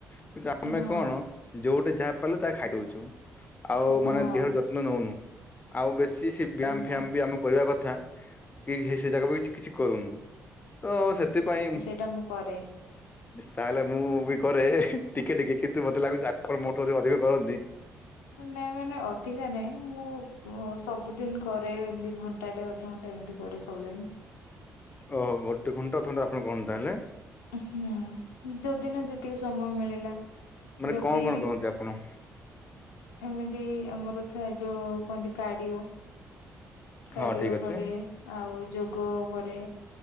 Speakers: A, on the left; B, on the left.
A: କିନ୍ତୁ ଆମେ
B: ହଁ
A: କଣ ଯୋଉଟେ ଯାହା ପାରିଲେ ତାହା ଖାଇଦଉଚୁ। ଆଉ
B: ହଁ
A: ମାନେ ଦେହର ଯତ୍ନ ନଉନୁ ଆଉ ବେଶୀ ସେ ବ୍ୟାୟାମ
B: ନା
A: ଫ୍ୟାାମ ବି ଆମେ କରିବା କଥା କି ହି ସେ ଜାଗା ବି କିଛି କିଛି କରୁନି ତ ସେଥିପାଇଁ
B: ଇଟା ମୁଁ କରେ।
A: ତାହେଲେ ମୁଁ ବି କରେ ଟିକେ ଟିକେ କିନ୍ତୁ ମତେ ଲାଗୁଛି ଆପଣ ମୋଟ ଅଧିକ କରନ୍ତି।
B: ନାଇଁ ମାନେ ଅଧିକା ନାଇଁ ମୁଁ ସବୁଦିନ କରେ ଏମତି ଘଅ ଣ୍ଟା ଟେ ଅଧଘଣ୍ଟେ ଏମିତି କରେ ସବୁଦିନ୍।
A: ଓହୋ ଗୋଟେ ଘଣ୍ଟା ଥଣ୍ଡା ଆପଣ କୁହନ୍ତା ହେଲେ
B: ହୁଁ ଯୋଉଦିନ ଯେତିକି ସମୟ ମିଳିଲା।
A: ମାନେ
B: ଯଦି
A: କଣ କଣ କରନ୍ତି ଆପଣ।
B: ଏମିତି ଆମର ଥାଏ ଯୋଉ କୁହନ୍ତି କାଡିଓ କାଡିଓ
A: ହଁ ଠିକ ଅଛି
B: କରେ ଆଉ ଯୋଗ କରେ